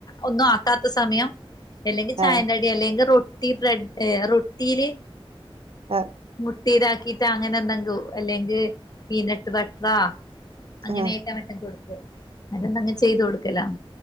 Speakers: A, on the left; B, on the right.
A: ഒന്നും ആക്കാത്ത സമയം അല്ലെങ്കിൽ ചായക്കടി
B: ആഹ്
A: അല്ലെങ്കിൽ റൊട്ടി ബ്രെഡ് റൊട്ടീല്
B: അഹ്
A: മുട്ടിതാക്കിട്ട് അങ്ങനെ എന്തെങ്കോ അല്ലെങ്കിൽ പീനട്ട് ബട്ടറാ
B: ആഹ്
A: അങ്ങനേക്ക മക്കക്കൊടുക്കും അതൊണ്ടങ്ങ് ചെയ്തു കൊടുക്കല